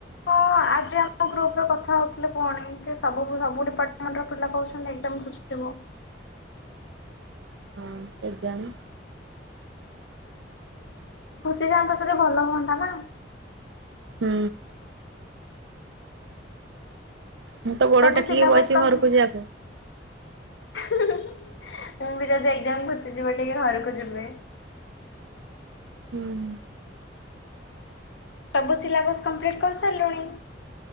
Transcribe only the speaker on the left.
ପ ଆପ୍ ଆଜି ଆମ ଗ୍ରୁପରେ କଥା ହଉଥିଲେ ପୁଣି କି ସବୁ ସବୁ ଡିପାର୍ଟମେଣ୍ଟ ର ପିଲା କହୁଛନ୍ତି ଏକ୍ଜାମ ଘୁନଚିଯିବ।
ଘୁଚିଯାଆନ୍ତା ଯଦି ଭଲ ହୁଅନ୍ତା ନା।
ସବୁ
ସିଲାବସ୍
କମ୍ପ୍ଲିଟ୍।
ହିଁ ହିଁ ମୁ ବି ଯଦି ଏକ୍ଜାମ ଘୋନଚିଯିବ ଟିକେ ଘରକୁ ଯିବି।
ସବୁ ସିଲାବସ କମ୍ପ୍ଲିଟ୍ କରିସାରିଲୁଣି?